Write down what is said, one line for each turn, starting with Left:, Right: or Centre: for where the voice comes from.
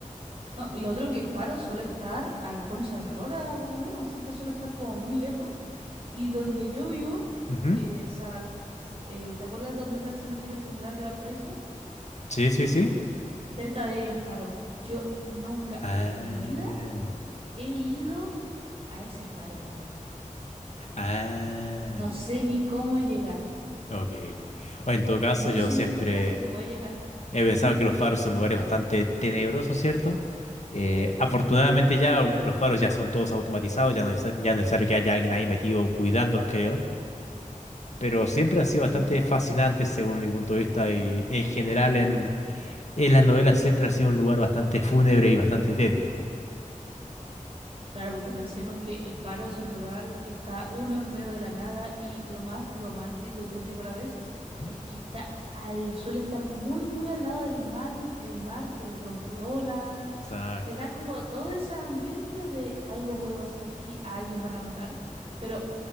Right: No, y lo otro que el faro suele estar a la Concha de la Lora, poco menos, siempre suele estar como muy lejos. Y donde yo vivo,
Left: Ujú.
Right: eh, o sea, s- eh, ¿te acuerdas dónde está el Cementerio General de Valparaíso?
Left: Sí, sí, sí.
Right: Cerca de ahí hay un faro. Yo nunca
Left: Ah,
Right: en mi vida he ido a ese faro.
Left: ah,
Right: No sé ni cómo llegar.
Left: ok. O en todo caso,
Right: No
Left: yo
Right: sé
Left: siempre
Right: ni siquiera si se puede llegar.
Left: He pensado
Right: ¿Mm?
Left: que los faros son lugares bastante tenebrosos, ¿cierto? Eh, afortunadamente ya los faros ya son todos automatizados, ya no es, ya no es necesario que haya alguien ahí metido cuidándolos, creo. Pero siempre han sido
Right: Ujú.
Left: bastante fascinantes según mi punto de vista y en general en, en las novelas siempre ha sido un lugar bastante fúnebre y bastante tétrico.
Right: Claro, porque pensemos que El Faro es un lugar que está uno en medio de la nada y lo más romántico y tétrico a la vez
Left: Ujú.
Right: es que está al, suele estar muy, muy al lado del mar, el mar, del rompeolas.
Left: Exacto.
Right: Te da como todo ese ambiente de algo puede pasar aquí, a alguien van a matar. Pero